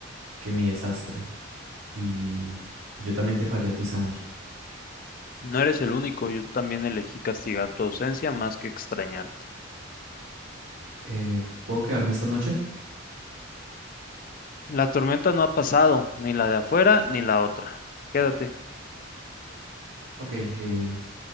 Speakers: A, on the right; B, on the left.
A: que mi desastre. Y yo también te fallé a ti, Samuel.
B: No eres el único, yo también elegí castigar tu ausencia más que extrañarte.
A: Eh, ¿puedo quedarme esta noche?
B: La tormenta no ha pasado, ni la de afuera ni la otra. Quédate.
A: Ok, em,